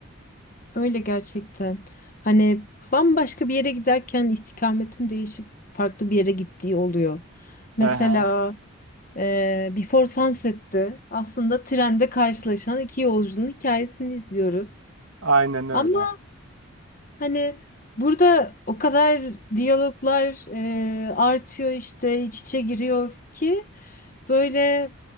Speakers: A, on the left; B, on the right.
A: Öyle gerçekten. Hani bambaşka bir yere giderken istikametin değişip farklı bir yere gittiği oluyor. Mesela
B: Hı hı.
A: Ee, Before Sunset'ti. Aslında trende karşılaşan iki yolcunun hikayesini izliyoruz.
B: Aynen öyle.
A: Ama hani burada o kadar diyaloglar e, artıyor işte iç içe giriyor ki böyle